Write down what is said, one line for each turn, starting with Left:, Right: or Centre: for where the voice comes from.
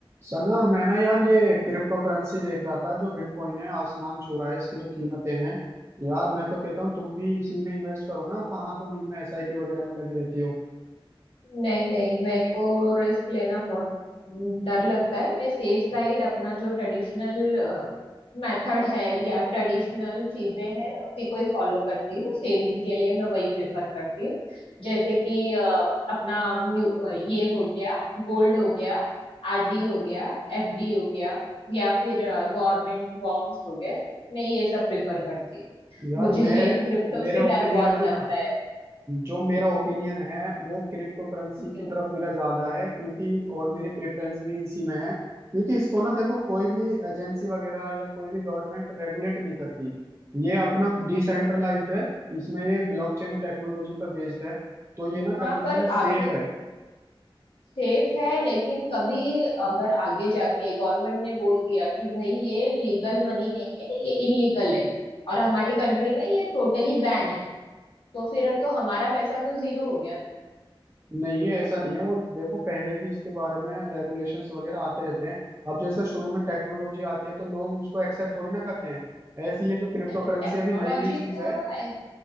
Right: सना मैं ना यार ये क्रिप्टो करेंसी देख रहा था जो बिटकॉइन है आसमान छू रहा है इसकी जो कीमतें हैं यार मैं तो कहता हूँ तुम भी इसी में इन्वेस्ट करो ना कहाँ तुम इनमें एसआईपी वगैरह में लगी रहती हो
Left: नहीं नहीं मेरे को रिस्क लेना बहुत डर लगता है मैं सेफ साइड अपना जो ट्रेडिशनल मेथड है या ट्रेडिशनल चीजें हैं मैं उसी को ही फॉलो करती हूँ सेविंग के लिए मैं वही प्रिफर करती हूँ जैसे कि अ, अपना म्यू- अ, ये हो गया गोल्ड हो गया आरडी हो गया एफडी हो गया या फिर गवर्नमेंट बॉन्ड्स हो गए मैं ये सब प्रिफर करती हूँ
Right: यार
Left: मुझे <laughs>
Right: मेरे
Left: क्रिप्टो
Right: मेरे
Left: से
Right: ओपिनियन
Left: डर बहुत
Right: में
Left: लगता
Right: ना
Left: है
Right: जो मेरा ओपिनियन है वो क्रिप्टो करेंसी
Left: हम्म
Right: की तरफ मेरा ज्यादा है क्योंकि और मेरी प्रेफरेंस भी इसी में है क्योंकि इसको ना देखो कोई भी एजेंसी वगैरह या कोई भी गवर्नमेंट रेगुलेट नहीं करती ये अपना डिसेंट्रलाइज्ड है इसमें ये ब्लॉकचेन टेक्नोलॉजी पर बेस्ड है तो ये ना
Left: हाँ
Right: कहीं ना
Left: पर
Right: कहीं सेफ
Left: आगे
Right: है
Left: सेफ है लेकिन कभी अगर आगे जाके गवर्नमेंट ने बोल दिया कि भाई ये लीगल मनी नहीं है ये इलीगल है और हमारी कंट्री में ये टोटली बैन है तो फिर तो हमारा पैसा तो जीरो हो गया ना
Right: नहीं ऐसा नहीं है वो देखो पहले भी इसके बारे में रेगुलेशंस वगैरह आते रहते हैं अब जैसे शुरू में टेक्नोलॉजी आती है तो लोग उसको एक्सेप्ट थोड़ी ना करते हैं ऐसी ये जो क्रिप्टो
Left: टेक्नोलॉजी
Right: करेंसी अभी नई नई चीज
Left: को
Right: है
Left: ए-